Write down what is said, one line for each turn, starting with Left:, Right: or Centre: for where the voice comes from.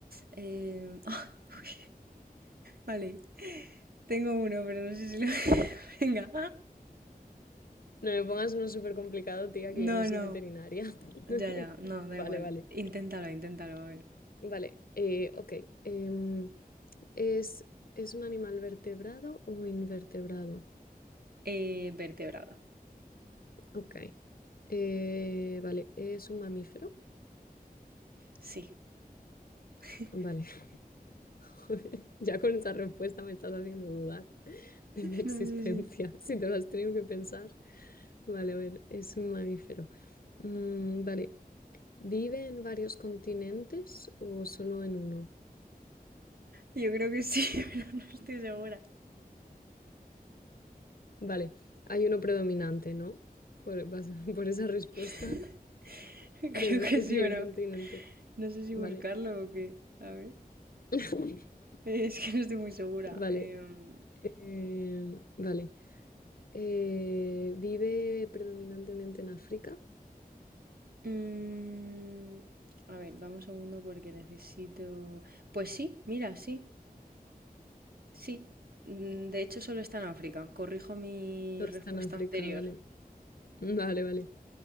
Right: Em, <laughs> ah, uy, vale. Tengo uno, pero no sé si lo... <laughs> Venga.
Left: No me pongas uno súper complicado, tía, que yo
Right: No,
Left: no soy
Right: no.
Left: veterinaria. <laughs>
Right: Ya, ya. No, da
Left: Vale,
Right: igual.
Left: vale.
Right: Inténtalo, inténtalo. A ver.
Left: Vale, eh, ok. Em, ¿Es, es un animal vertebrado o invertebrado?
Right: Eh, vertebrado.
Left: Ok. Eh, vale, ¿es un mamífero?
Right: Sí. <laughs>
Left: Vale. <laughs> Joder, ya con esa respuesta me estás haciendo dudar <laughs> de mi existencia,
Right: No sé si...
Left: <laughs> si te lo has tenido que pensar. Vale, a ver, es un mamífero. Mm, vale, ¿vive en varios continentes o solo en uno?
Right: Yo creo que sí, <laughs> pero no estoy segura.
Left: Vale, hay uno predominante, ¿no? Por, vas- <laughs> por esa respuesta
Right: <laughs> Creo
Left: deduzco
Right: que sí,
Left: que hay
Right: pero
Left: un continente.
Right: no sé si
Left: Vale.
Right: buscarlo o qué. A ver.
Left: <laughs>
Right: <laughs> Eh, Es que no estoy muy segura.
Left: Vale,
Right: Em,
Left: eh, vale. Eh, ¿vive predominantemente en África?
Right: mm, a ver, dame un segundo porque necesito... Pues sí, mira, sí, sí. Mm, De hecho, solo está en África. Corrijo mi
Left: Solo
Right: respuesta
Left: está en África,
Right: anterior.
Left: vale. <laughs> Vale, vale.